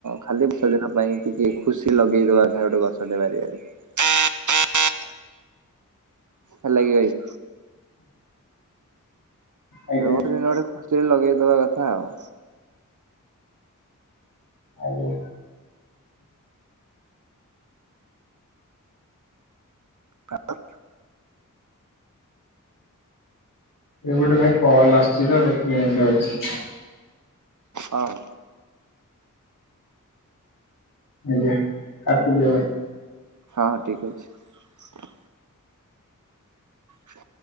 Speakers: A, on the right; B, on the left.
A: ଖାଲି ଶିତ ଦିନ ପାଇଁ ଟିକେ ଖୁସି ଲଗେଇଦବା କଥା ଗୋଟେ ଗଛଟେ ବାରିଆଡ଼େ। ହେଲା କି ଭାଇ।
B: ଆଜ୍ଞା
A: ଏ ଗଛ <unintelligible> ଟା ଗୋଟେ ଖୁସିରେ ଲଗେଇଦବା କଥା ଆଉ।
B: ଆଜ୍ଞା।
A: ଆଉ।
B: ଏ ଗୋଟେ ଭାଇ କଲ ଆସୁଛି ତ ସେଥିପାଇଁ ଏମିତିଆ ହଉଛି।
A: ହଉ।
B: ଆଜ୍ଞା କାଟି ଦିଅ ଭାଇ।
A: ହଁ ଠିକ ଅଛି। ହ।